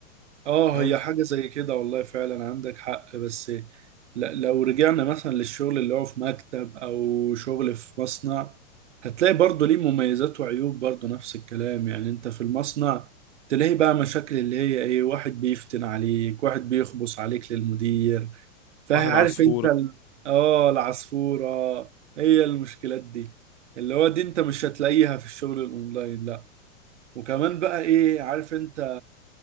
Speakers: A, on the right (about 55°); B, on the left (about 35°).
A: اه
B: فاهم
A: هي حاجة زي كده والله فعلا عندك حق بس ل- لو رجعنا مثلا للشغل اللي هو في مكتب او شغل في مصنع هتلاقي برضه ليه مميزات وعيوب برضه نفس الكلام يعني انت في المصنع تلاقي بقى مشاكل اللي هي ايه واحد بيفتن عليك واحد بيخبص عليك للمدير فعارف
B: واحد عصفوره
A: انت ال- اه العصفورة هي المشكلات دي اللي هو دي انت مش هتلاقيها في الشغل الاونلاين لا وكمان بقى ايه عارف انت